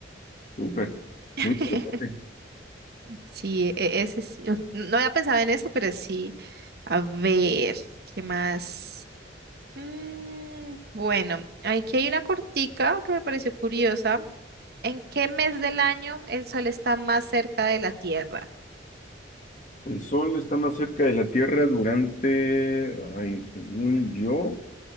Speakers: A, on the left (about 40°); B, on the right (about 55°).
A: súper.
B: <laughs>
A: Muy interesante.
B: sí, e- ese sí. Uf, No había pensado en eso, pero sí. A ver, ¿qué más? Mm, bueno, aquí hay una cortica que me pareció curiosa. ¿En qué mes del año el sol está más cerca de la Tierra?
A: El Sol está más cerca de la Tierra durante, ay, según yo,